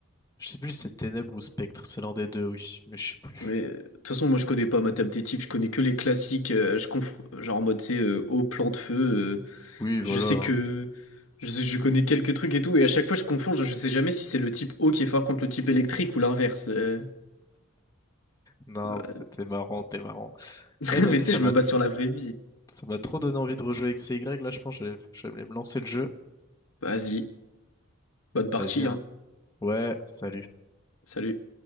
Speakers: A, on the left (about 15°); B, on the left (about 85°).
A: Je sais plus si c'est Ténèbres ou Spectre, c'est l'un des deux, oui, mais je sais plus.
B: Mais euh, de toute façon, moi, je connais pas ma table des types. Je connais que les classiques. euh, je conf... Genre en mode, tu sais, euh, eau, plan de feu. euh,
A: Oui, voilà.
B: je sais que.
A: hein.
B: Je, sais- je connais quelques trucs et tout. Et à chaque fois, je confonds. Je, je sais jamais si c'est le type eau qui est fort contre le type électrique ou l'inverse. euh.
A: Non,
B: Bah,
A: c'était marrant, t'es marrant.
B: <laughs>
A: Eh, vas-y,
B: Mais tu
A: ça
B: sais, je
A: m'a
B: me base sur la vraie vie.
A: Ça m'a trop donné envie de rejouer avec C Y. Là, je pense que je vais, je vais me lancer le jeu.
B: Vas-y. Bonne partie,
A: Vas-y, hein.
B: hein.
A: Ouais, salut.
B: Salut.